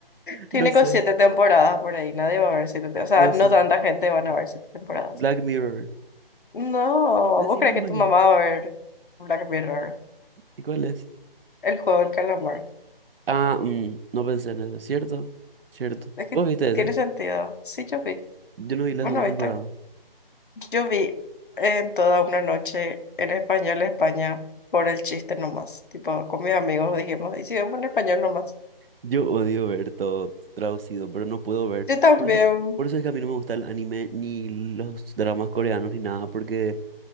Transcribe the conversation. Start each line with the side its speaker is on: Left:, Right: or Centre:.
Left: Tiene
Right: No sé,
Left: con siete temporadas por ahí, nadie va a ver siete, te- o sea,
Right: no
Left: no
Right: sé.
Left: tanta gente van a ver siete temporadas.
Right: Black Mirror.
Left: No,
Right: Decime
Left: ¿vos crees
Right: mañana.
Left: que tu mamá va a ver Black Mirror?
Right: ¿Y cuál es?
Left: el juego del calamar.
Right: Ah, mm, no pensé en eso. ¿Cierto? ¿Cierto?
Left: Es que
Right: ¿Vos viste ese?
Left: tiene sentido. Sí, yo vi.
Right: Yo no vi la
Left: Bueno,
Right: segunda
Left: viste,
Right: temporada.
Left: yo vi en toda una noche en español España por el chiste nomás. Tipo, con mis amigos dijimos, y si vemos en español nomás.
Right: Yo odio ver todo traducido, pero no puedo ver.
Left: Yo también.
Right: Por eso, por eso es que a mí no me gusta el anime ni los dramas coreanos ni nada, porque